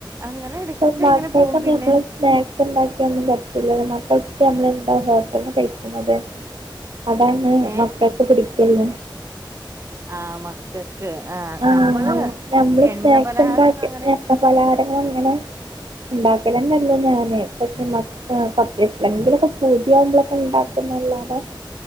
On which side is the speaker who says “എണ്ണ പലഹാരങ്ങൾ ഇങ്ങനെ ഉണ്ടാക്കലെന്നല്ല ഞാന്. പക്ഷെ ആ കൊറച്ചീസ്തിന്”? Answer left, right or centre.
Right